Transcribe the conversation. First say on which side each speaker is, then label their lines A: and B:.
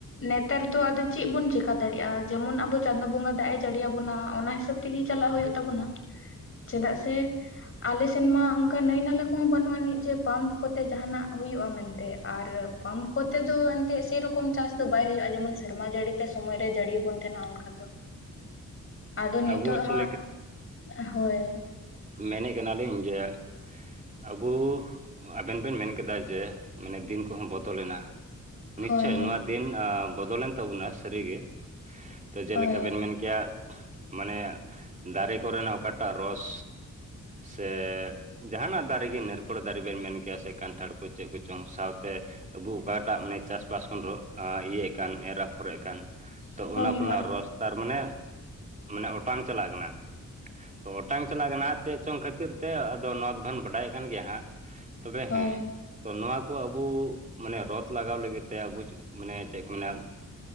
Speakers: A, on the left; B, on the right.
A: ᱱᱮ ᱱᱮᱛᱟᱨ ᱫᱚ ᱟᱫᱚ ᱪᱮᱫ ᱵᱚᱱ ᱪᱮᱠᱟ ᱫᱟᱲᱮᱭᱟᱜᱼᱟ, ᱡᱮᱢᱚᱱ ᱟᱵᱚ ᱪᱟᱸᱫᱳ ᱵᱚᱸᱜᱟ ᱫᱟᱜ ᱮ ᱡᱟᱹᱲᱤᱭᱟᱵᱚᱱᱟ ᱚᱱᱟ ᱦᱤᱥᱟᱹᱵ ᱛᱤᱜᱤ ᱪᱟᱞᱟᱜ ᱦᱩᱭᱩᱜ ᱛᱟᱵᱚᱱᱟ, ᱪᱮᱫᱟᱜ ᱥᱮ ᱟᱞᱮ ᱥᱮᱱᱢᱟ ᱚᱝᱠᱟ ᱱᱟᱹᱭ ᱱᱟᱞᱟ ᱠᱚᱦᱚᱸ ᱵᱟᱹᱱᱩᱜ ᱟᱹᱱᱤᱡ ᱡᱮ ᱯᱟᱢᱯ ᱠᱚᱛᱮ ᱡᱟᱦᱟᱸᱱᱟᱜ ᱦᱩᱭᱩᱜᱼᱟ ᱢᱮᱱᱛᱮ, ᱟᱨ ᱯᱟᱢᱯ ᱠᱚᱛᱮ ᱫᱚ ᱮᱱᱛᱮᱫ ᱥᱮᱨᱚᱠᱚᱢ ᱪᱟᱥ ᱫᱚ ᱵᱟᱭ ᱦᱩᱭᱩᱜᱼᱟᱭ ᱡᱮᱢᱚᱱ ᱥᱮᱨᱢᱟ ᱡᱟᱹᱲᱤ ᱛᱮ ᱥᱚᱢᱚᱭ ᱨᱮ ᱡᱟᱹᱲᱤ ᱟᱵᱚᱱ ᱛᱟᱦᱮᱸᱱᱟ ᱚᱱᱠᱟ ᱫᱚ᱾ ᱟᱫᱚ ᱱᱤᱛᱚᱜ
B: ᱟᱵᱚ ᱪᱮᱫ
A: ᱦᱟᱸᱜ ᱦᱳᱭ᱾
B: ᱢᱮᱱᱮᱜ ᱠᱟᱱᱟᱞᱤᱧ ᱡᱮ ᱟᱵᱩ ᱟᱵᱮᱱ ᱵᱮᱱ ᱢᱮᱱ ᱠᱮᱫᱟ ᱡᱮ ᱢᱟᱱᱮ ᱫᱤᱱ ᱠᱚᱦᱚᱸ ᱵᱚᱫᱚᱞᱮᱱᱟ᱾ ᱱᱤᱥᱪᱳᱭ
A: ᱦᱳᱭ
B: ᱱᱚᱣᱟ ᱫᱤᱱ ᱟ ᱵᱚᱫᱚᱞᱮᱱ ᱛᱟᱵᱚᱱᱟ ᱥᱟᱹᱨᱤᱜᱤ ᱛᱚ ᱡᱮᱞᱮᱠᱟ
A: ᱦᱳᱭ
B: ᱵᱮᱱ ᱢᱮᱱ ᱠᱮᱭᱟ ᱢᱟᱱᱮ ᱫᱟᱨᱮ ᱠᱚᱨᱮᱱᱟᱜ ᱚᱠᱟᱴᱟᱜ ᱨᱚᱥ ᱥᱮ ᱡᱟᱦᱟᱸᱱᱟᱜ ᱫᱟᱨᱮ ᱜᱮ ᱱᱟᱨᱠᱳᱲ ᱫᱟᱨᱮ ᱵᱮᱱ ᱢᱮᱱ ᱠᱮᱭᱟ ᱥᱮ ᱠᱟᱱᱴᱷᱟᱲ ᱠᱚ ᱪᱮᱫ ᱠᱚ ᱪᱚᱝ ᱥᱟᱶᱛᱮ ᱟᱵᱩ ᱚᱠᱟᱴᱟᱜ ᱢᱟᱱᱮ ᱪᱟᱥᱼᱵᱟᱥ ᱵᱚᱱ ᱤᱭᱟᱹᱭᱮᱫ ᱠᱟᱱ ᱮᱨ ᱟᱯᱷᱚᱨᱮᱜ ᱠᱟᱱ, ᱛᱚ
A: ᱦᱳᱭ
B: ᱚᱱᱟ ᱠᱚᱨᱮᱱᱟᱜ
A: ᱦᱳᱭ
B: ᱨᱚᱥ ᱛᱟᱨ ᱢᱟᱱᱮ ᱢᱟᱱᱮ ᱚᱴᱟᱝ ᱪᱟᱞᱟᱜ ᱠᱟᱱᱟ᱾ ᱛᱚ ᱚᱴᱟᱝ ᱪᱟᱞᱟᱜ ᱠᱟᱱᱟ ᱦᱟᱸᱜ ᱪᱮᱫ ᱪᱚᱝ ᱠᱷᱟᱹᱛᱤᱨ ᱛᱮ ᱟᱫᱚ ᱱᱚᱣᱟ ᱫᱚ ᱦᱚᱱ ᱵᱟᱰᱟᱭ ᱠᱟᱱ ᱜᱮᱭᱟ ᱦᱟᱸᱜ᱾ ᱛᱚᱵᱮ
A: ᱦᱳᱭ
B: ᱦᱮᱸ, ᱛᱚ ᱱᱚᱣᱟ ᱠᱚ ᱟᱵᱚ ᱢᱟᱱᱮ ᱨᱚᱛ ᱞᱟᱜᱟᱣ ᱞᱟᱹᱜᱤᱫ ᱛᱮ ᱟᱵᱚ ᱢᱟᱱᱮ ᱪᱮᱫ ᱠᱚ ᱢᱮᱱᱟ